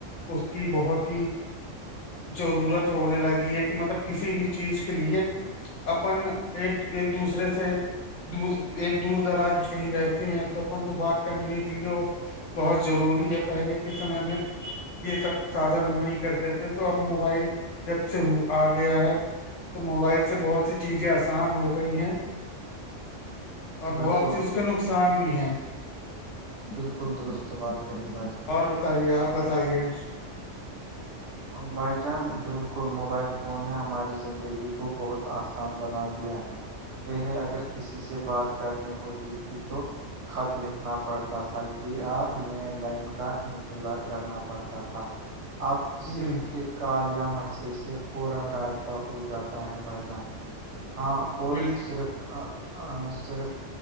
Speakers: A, on the left; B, on the right.
A: اس کی بہت ہی ضرورت ہونے لگی ہے کہ مطلب کسی بھی چیز کے لیے اپن ایک ایک دوسرے سے دور ایک دور دراز کہیں رہتے ہیں تو اپن کو بات کرنے کے لیے وہ بہت ضروری ہے پہلے کے سمے میں یہ سب سادن ہوئے نہیں کرتے تھے تو اب موبائل جب سے آ گیا ہے تو موبائل سے بہت سی چیزیں نقصان ہو گئی ہیں اور
B: بالکل
A: بہت سی اس کے نقصان بھی ہیں
B: بالکل درست بات کہی ب
A: اور بتائیے آپ بتائیے
B: بھائی جان بالکل موبائل فون نے ہماری زندگی کو بہت آسان بنا دیا ہے پہلے اگر کسی سے بات کرنی ہوتی تھی تو خط لکھ نا پڑتا تھا یا لینڈ لائن کا انتظار کرنا پڑتا تھا آپ
A: ہ
B: صرف ایک کال یا میسج سے فورن رابطہ ہو جاتا ہے بھائی جان ہاں اور
A: بالکل
B: صرف صرف